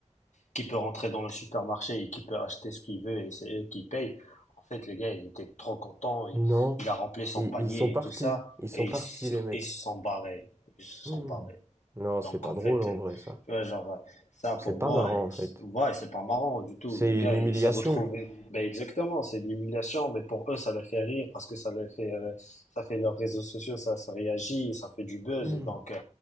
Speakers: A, on the left; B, on the right.
A: qui peut rentrer dans le supermarché et qui peut acheter ce qu'il veut et c'est eux qui payent. En fait, le gars, il était trop content. Il,
B: Non,
A: il a rempli son
B: ils,
A: panier
B: ils sont partis.
A: et tout ça.
B: Ils sont
A: Et ils
B: partis,
A: s-
B: les mecs.
A: ils se sont barrés. Ils se
B: Hmm.
A: sont barrés.
B: Non, c'est
A: Donc
B: pas
A: en
B: drôle
A: fait,
B: en
A: euh,
B: vrai, ça.
A: tu vois, genre, euh, ça
B: C'est
A: pour
B: pas
A: moi,
B: marrant
A: et
B: en fait.
A: c'est- ouais, c'est pas marrant du tout.
B: C'est
A: Le gars,
B: une humiliation.
A: il s'est retrouvé. Ben exactement, c'est de l'humiliation, mais pour eux, ça les fait rire parce que ça les fait, euh, ça fait leurs réseaux sociaux, ça, ça réagit, ça fait du buzz,
B: Hmm.
A: et donc, euh,